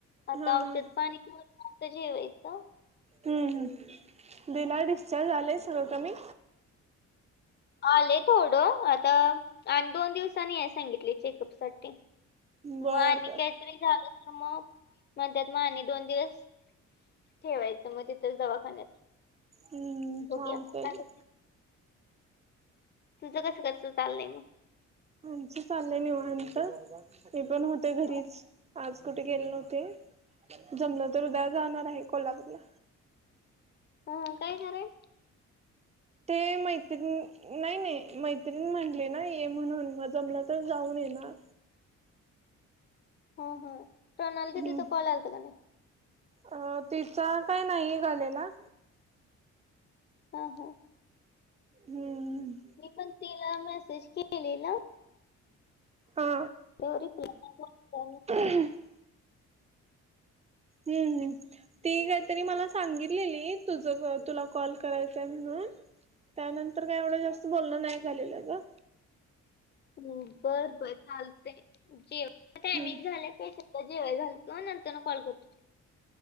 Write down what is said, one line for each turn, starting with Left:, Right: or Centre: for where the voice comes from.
Left: आता
Right: हा ह
Left: औषध पाणीत <unintelligible> जेवायचं.
Right: हम्म दिला डिस्चार्ज आलंय सगळं कमी.
Left: आले थोडं आता आणि दोन दिवसांनी आहे सांगितले चेकअप साठी. मग
Right: बर
Left: आणि
Right: बर
Left: काहीतरी झालं ना मग म्हणतत मग आणि दोन दिवस ठेवायचं मग तिथं दवाखान्यात
Right: हम्म
Left: बघूया
Right: चालतय
Left: काय होतंय. तुझं कसं कसं चाललंय मग.
Right: आमच चाललंय निवांत मी पण होते घरीच
Left: हा,
Right: आज कुठ गेले नव्हते जमलं तर उद्या जाणार आहे कोल्हापूरला.
Left: ह काय खर आहे
Right: ते मैत्रीिणी नाही नाही मैत्रीिण म्हटले ना ये म्हणून मग जमला तर जाऊन ये ना
Left: ह ह प्रणाल दीदी
Right: हम्म
Left: चा कॉल आलत का नाही?
Right: अ तिचा काय नाही झालेला.
Left: हा हा.
Right: हम्म.
Left: मी पण तिला मेसेज केलेला.
Right: हा
Left: तर रिप्लाय <unintelligible>
Right: ह <unintelligible> हम्म. ती काहीतरी मला सांगितलेली तुझ तुला कॉल करायचाय म्हणून त्यानंतर काय एवढं जास्त बोलणं नाही झालेलं ग.
Left: हम्म बर बर चालतंय, जेव टायमिंग
Right: हम्म
Left: झालं प जेवायला घालतो, नंतर न कॉल करतो